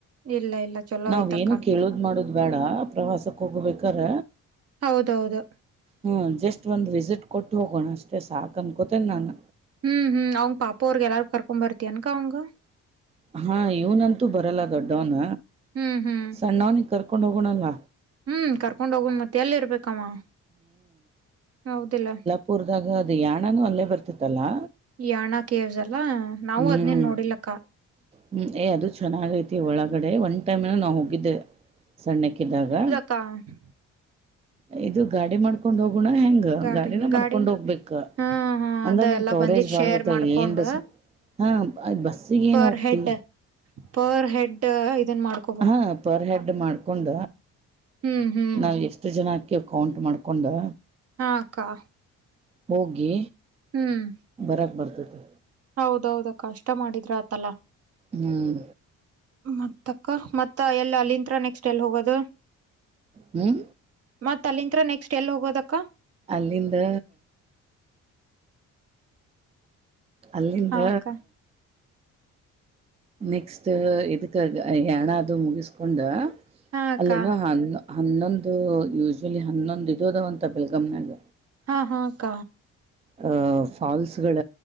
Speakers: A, on the right; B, on the right.
A: ಇಲ್ಲ ಇಲ್ಲ ಚಲೋ
B: ನಾವ್
A: ಆಯ್ತಕ್ಕ
B: ಏನು ಕೇಳುದ್ ಮಾಡುದು ಬೇಡ ಪ್ರವಾಸಕ್ ಹೋಗ್ಬೇಕಾದ್ರ
A: ಹೌದೌದು
B: ಹ್ಮ ಜಸ್ಟ್ ಒಂದ್ ವಿಸಿಟ್ ಕೊಟ್ಟು ಹೋಗೋಣ ಅಷ್ಟೇ ಸಾಕ್ ಅನ್ಕೊತೇನ್ ನಾನ್.
A: ಹ್ಮ್ ಹ್ಮ್ ಅವ್ನ್ ಪಾಪ ಅವ್ರಗೆ ಎಲ್ಲಾರ ಕರ್ಕೊಂಡ್ ಬರ್ತಿ ಎನ್ ಅಕ್ಕಾ ಅವ್ನಗ್
B: ಹಾ ಇವ್ನಂತೂ ಬರಲ್ಲ ದೊಡ್ಡವನ್
A: ಹ್ಮ್ ಹ್ಮ್
B: ಸಣ್ಣವನಿಗೆ ಕರ್ಕೊಂಡ್ ಹೋಗೋಣ ಅಲ್ಲ.
A: ಹ್ಮ್ ಕರ್ಕೊಂಡ್ ಹೋಗನ್ ಮತ್ತೆ ಎಲ್ಲಿ ಇರ್ಬೇಕ ಅವ ಹೌದಿಲ್ಲ.
B: ಪೂರ್ದಾಗ ಅದು ಯಾಣನೂ ಅಲ್ಲೇ ಬರ್ತಿತ್ತಲ್ಲಾ.
A: ಯಾಣ ಕೇವ್ಸ್ ಅಲ್ಲಾ ನಾವು
B: ಹ್ಮ್
A: ಅದ್ನೇನ್ ನೋಡಿಲಕ್ಕ
B: ಹ್ಮ್ ಏ ಅದು ಚೆನ್ನಾಗ ಐತಿ ಒಳಗಡೆ ಒನ್ ಟೈಮ್ ಏನೋ ನಾವ್ ಹೋಗಿದ್ದೆ. ಸಣ್ಣಕ್ಕಿದ್ದಾಗ
A: ಕ <unintelligible> <unintelligible>
B: ಇದು ಗಾಡಿ ಮಾಡ್ಕೊಂಡ್ ಹೋಗೋಣ ಹೆಂಗ
A: ಗಾಡಿ
B: ಗಾಡಿನ ಮಾಡ್ಕೊಂಡ್
A: ಗಾಡಿ
B: ಹೋಗ್ಬೇಕ
A: ಹಾ ಹಾ
B: ಅಂದ್ರ
A: ಅದ
B: ನಿನ್
A: ಎಲ್ಲಾ
B: ಕವರೇಜ್
A: ಬಂದಿದ್
B: ಬಾಳ್
A: ಶೇರ್
B: ಬರ್ತಾವ
A: ಮಾಡ್ಕೊಂಡ್
B: ಏನ್ ಬಸ್ ಹಾ ಬ -ಬಸ್ಸಿಗೆೇನು
A: ಪರ್
B: ಹೋಗ್ತಿ
A: ಹೆಡ್ ಪರ್ ಹೆಡ್ ಇದನ್ ಮಾಡ್
B: ಹಾ ಪರ್ ಹೆಡ್ ಮಾಡ್ಕೊಂಡ
A: ಹ್ಮ್ ಹ್ಮ್
B: ನಾವ ಎಷ್ಟ ಎಷ್ಟು ಜನ ಅಕಿವಿ ಕೌಂಟ್ ಮಾಡ್ಕೊಂಡು
A: ಹಾ ಅಕ್ಕಾ.
B: ಹೋಗಿ
A: ಹ್ಮ್
B: ಬರಕ್ ಬರ್ತೈತೆ
A: ಹೌದೌದ ಅಕ್ಕಾ ಅಷ್ಟ ಮಾಡಿದ್ರ ಆತಲ್ಲಾ.
B: ಹ್ಮ್
A: ಮತ್ತ ಅಕ್ಕ ಮತ್ತ ಎಲ್ಲ ಅಲ್ಲಿಂದ್ ನೆಕ್ಸ್ಟ್ ಎಲ್ಲಿ ಹೋಗೋದು?
B: ಹ್ಮ್
A: ಮತ್ ಅಲ್ಲಿಂತ್ರ ನೆಕ್ಸ್ಟ್ ಎಲ್ಲಿ ಹೋಗೋದಕ್ಕ?
B: ಅಲ್ಲಿಂದ ಅಲ್ಲಿಂದ
A: ಹಾ ಅಕ್ಕ
B: ನೆಕ್ಸ್ಟ್ ಇದಕ್ ಯಾಣ ಅದು ಮುಗಿಸ್ಕೊಂಡ
A: ಹಾ ಅಕ್ಕ
B: ಅಲ್ಲಿನೋ ಹ ಹನ್ನೊಂದು ಯೂಶಲಿ ಹನ್ನೊಂದು ಇದದ ಅಂತ ಬೆಳ್ಗಮನಾಗ
A: ಹಾ ಹಾ ಅಕ್ಕ.
B: ಅಹ ಫಾಲ್ಸ್ ಗಳ